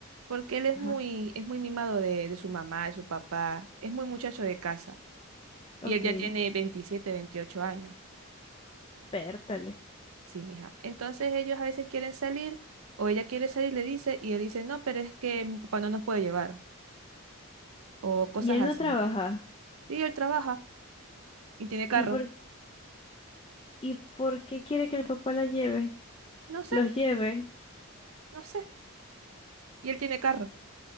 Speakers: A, on the right; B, on the left.
A: Porque él es
B: ajá,
A: muy, es muy mimado de, de su mamá, de su papá. Es muy muchacho de casa. Y
B: ok,
A: él ya tiene 27, 28 años.
B: pértale.
A: Sí, mija. Entonces ellos a veces quieren salir o ella quiere salir, le dice, y él dice, no, pero es que mi papá no nos puede llevar o cosas
B: Y él
A: así.
B: no trabaja.
A: Y él trabaja y tiene carro.
B: ¿Y por, y por qué quiere que el papá la lleve?
A: No sé,
B: Los lleve.
A: no sé. Y él tiene carro.